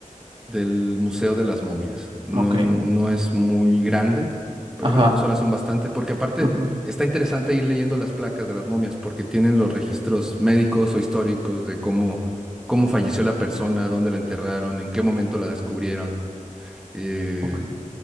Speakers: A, in the centre; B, on the right.
A: del Museo de las Momias. No,
B: Ok.
A: no es muy grande, pero
B: Ajá.
A: bueno, dos horas son bastante, porque aparte
B: Ujú.
A: está interesante ir leyendo las placas de las momias, porque tienen los registros médicos o históricos de cómo, cómo falleció la persona, dónde la enterraron, en qué momento la descubrieron. Eh,
B: Ok.